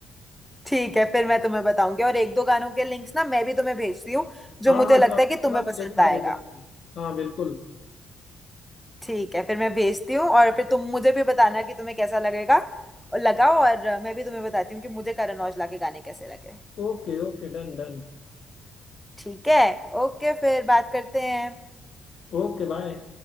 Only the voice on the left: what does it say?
हाँ
हाँ
जो आपने
बोला
वो
जरूर से भेज
देना मुझे हाँ बिल्कुल
Okay okay done done
Okay bye